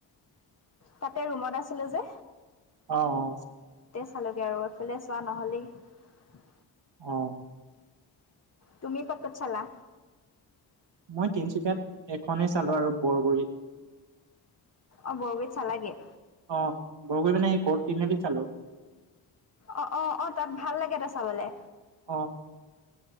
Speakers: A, on the left; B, on the right.
A: তাতে ৰুমত আছিলো যে।
B: অ অ।
A: চালোঁগৈ আৰু এইফালে চোৱা নহ'লেই।
B: অহ
A: তুমি ক'ত ক'ত চালা?
B: মই তিনিচুকীয়াত এখনেই চালোঁ আৰু বৰগুৰি।
A: অ বৰগুৰিত চালাগে।
B: অহ বৰগুৰিত মানে কৰ্টটিনীয়ালিত চালোঁ।
A: অ অ অ তাত ভাল লাগে ত চাবলে।
B: অ